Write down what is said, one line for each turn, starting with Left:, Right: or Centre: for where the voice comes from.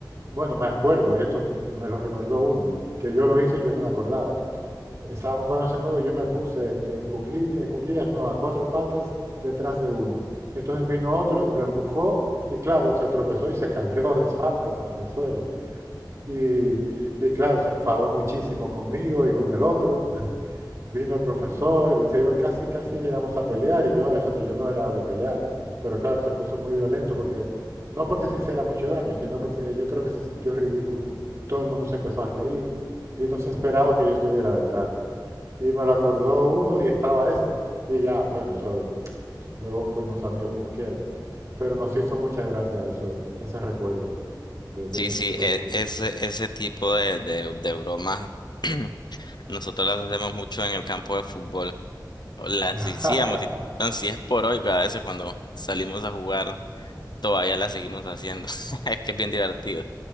Right: bueno, me acuerdo, eso me lo recordó uno, que yo lo hice y yo no me acordaba. Estábamos jugando ese juego y yo me puse en cuclillas, en cuclillas no, a cuatro patas detrás de uno. Y entonces vino otro y lo empujó y claro, se tropezó y se cayó de espaldas a- al suelo. Y, y claro, se enfadó muchísimo conmigo y con el otro. Vino el profesor, y se iba casi, casi llegamos a pelear y yo, eso que yo no era de pelear, pero claro, se puso muy violento porque, no porque se hiciera mucho daño, sino porque yo creo que se sintió ridículo. Todo el mundo se empezó a reír y no se esperaba que yo estuviera detrás. Y me lo acordó uno y estaba este. Y ya, bueno, eso, luego fuimos amigos como quiera. Pero nos hizo mucha gracia eso, ese recuerdo de- del
Left: Sí,
Right: instituto.
Left: sí, e- ese, ese tipo de, de, de bromas <clears throat> Nosotros las hacemos mucho en el campo de fútbol. Las
Right: <laughs>
Left: hacíamos, y no, si es por hoy, cada vez cuando salimos a jugar, todavía las seguimos haciendo. <laughs> Es que es bien divertido.